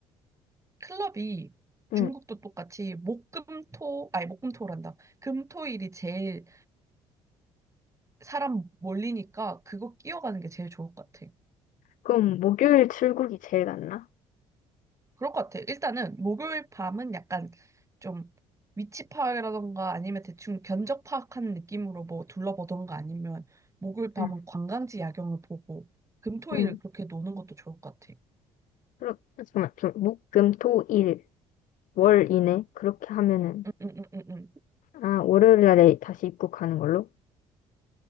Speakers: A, on the right (about 20°); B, on the left (about 65°).
A: 클럽이 중국도
B: 응.
A: 똑같이 목금토 아니 목금토란다. 금토일이 제일 사람 몰리니까 그거 끼어가는 게 제일 좋을 것 같아.
B: 그럼 목요일 출국이 제일 낫나?
A: 그럴 것 같아. 일단은 목요일 밤은 약간 좀 위치 파악이라던가 아니면 대충 견적 파악하는 느낌으로 뭐 둘러보던가 아니면 목요일 밤은
B: 응.
A: 관광지 야경을 보고 금토일을
B: 응.
A: 그렇게 노는 것도 좋을 것 같아.
B: 그럼 잠깐만, 좀, 목, 금, 토, 일, 월 이내? 그렇게 하면은,
A: 응응응응응.
B: 아, 월요일 날에 다시 입국하는 걸로?